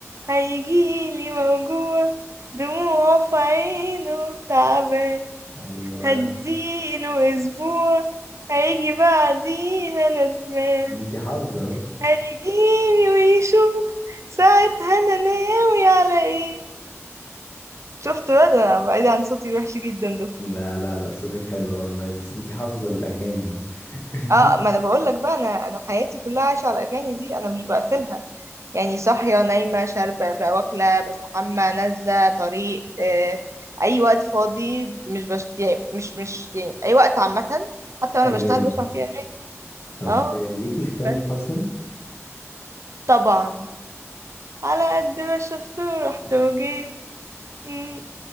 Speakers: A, on the right (about 70°); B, on the left (about 55°).
A: هيجيلي موجوع دموعه في عينه تعبان
B: ايوه
A: هديله أسبوع هيجي بعديها ندمان
B: <laughs> انتي حافظه اهو
A: هيجيلي ويشوف ساعتها أنا ناوي على إيه شفت بقى ده أنا بعيد عن صوتي الوحش جدا ده
B: لا لا لا صوتك حلو والله بس انتي حافظه الاغاني اهو <laughs>
A: اه ما انا بقول لك بقى انا انا حياتي كلها عايشه على الاغاني دي انا مش بقفلها يعني صاحية نايمة شاربة بقى واكلة بستحمى نازلة طريق آه، أي وقت فاضي مش بشت... يعني مش مش يعني أي وقت عامة حتى وأنا
B: اغاني
A: بشتغل بسمع فيها أغاني
B: طب
A: اه
B: ليكي في تامر
A: بس
B: حسني
A: طبعا على قد ما شفت ورحت
B: مش-
A: وجيت مم.